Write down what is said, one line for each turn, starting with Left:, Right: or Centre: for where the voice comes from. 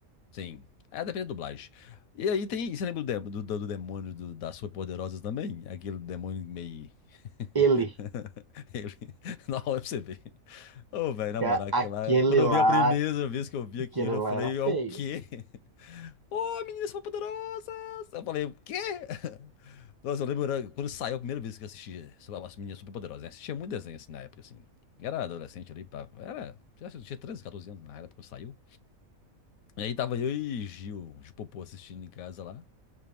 Left: Sim. É, depende da dublagem. E aí tem. Você lembra do, de- do, do demônio do, das Superpoderosas também? Aquele demônio meio. <laughs>
Right: Ele,
Left: Ele... Na hora pra você ver. Ô, velho, na
Right: ca-
Left: moral, aquilo
Right: aquele
Left: lá. Quando eu
Right: lá,
Left: vi a primeira vez que eu vi
Right: aquele
Left: aquilo, eu
Right: lá
Left: falei,
Right: era
Left: é
Right: feio.
Left: o quê? Ô, meninas superpoderosas! Eu falei, o quê? Nossa, eu lembro era quando saiu a primeira vez que eu assisti sobre as meninas superpoderosas, né? Assistia muito desenho assim na época, assim. Era adolescente ali, pá. Era. Já tinha 13 14 anos na época quando saiu. E aí tava eu e Gil, Gil Popô, assistindo em casa lá.